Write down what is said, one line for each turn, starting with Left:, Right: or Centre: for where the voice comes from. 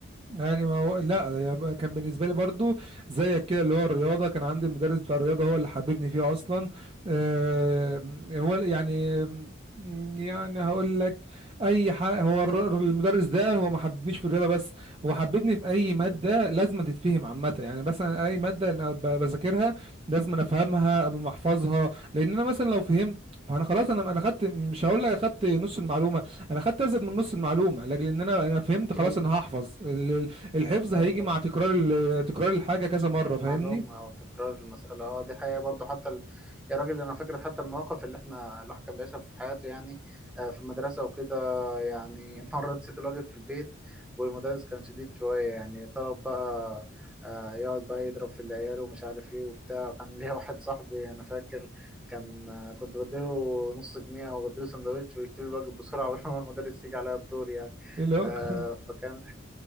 Right: يعني ما هو لا يبقى كان بالنسبه لي برضو زيك كده اللي هو الرياضه كان عندي المدرس بتاع الرياضه هو اللي حببني فيه اصلا آه،
Centre: مم.
Right: هو يعني يعني هقول لك اي حاجه هو الر- المدرس ده هو ما حببنيش في الرياضه بس هو حببني في اي ماده
Centre: مم.
Right: لازم تتفهم عامه يعني مثلا اي ماده انا ب- بذاكرها لازم أنا افهمها قبل ما احفظها لان انا مثلا لو فهمت فانا خلاص انا انا خدت مش هقول لك اخدت نص المعلومه انا خدت ازيد من نص المعلومه لاجل ان انا انا فهمت
Centre: أوكي
Right: خلاص انا هحفظ ال- ال- الحفظ هيجي
Centre: أيوة طبعا
Right: مع تكرار ال- تكرار الحاجه كذا مره
Centre: المعلومة
Right: فاهمني
Centre: أو تكرار المسألة أه دي حقيقة برضو حتى ال... يا راجل أنا فاكر حتى المواقف اللي إحنا الواحد كان بيعيشها في حياته يعني آه، في المدرسة وكده يعني <laughs> مرة نسيت الواجب في البيت والمدرس كان شديد شوية يعني طلب بقى آه، يقعد بقى يضرب في العيال ومش عارف إيه وبتاع كان <laughs> ليا واحد صاحبي أنا فاكر كان آه، كنت بديله نص جنيه أو بديله سندوتش ويكتب لي الواجب بسرعة <laughs> قبل ما المدرس يجي عليا الدور يعني
Right: إيه اللي هو
Centre: آه،
Right: <laughs>
Centre: فكان